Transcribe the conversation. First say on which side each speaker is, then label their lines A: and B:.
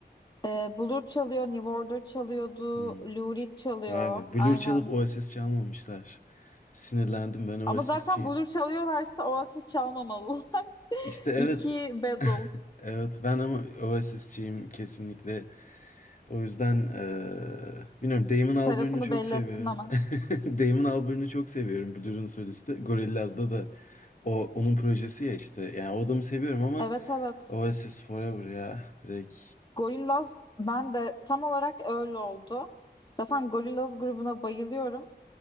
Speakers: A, on the left; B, on the left.
A: E, Blur çalıyor, New Order çalıyordu,
B: Hmm,
A: Lou Reed çalıyor.
B: vay be. Blur
A: Aynen.
B: çalıp Oasis çalmamışlar. Sinirlendim ben Oasis'çiyim.
A: Ama zaten Blur çalıyorlarsa Oasis çalmamalı. <laughs>
B: İşte evet.
A: İki
B: <laughs>
A: battle
B: Evet ben ama Oasis'çiyim kesinlikle. O yüzden eee bilmiyorum Damon Albarn'ı
A: tarafını
B: çok
A: belli
B: seviyorum.
A: ettin ama.
B: <laughs> Damon Albarn'ı çok seviyorum Blur'un solisti. Gorillaz'da da o onun projesi ya işte. Yani o adamı seviyorum ama
A: Evet evet.
B: Oasis Forever ya direkt.
A: Gorillaz ben de tam olarak öyle oldu. Zaten Gorillaz grubuna bayılıyorum.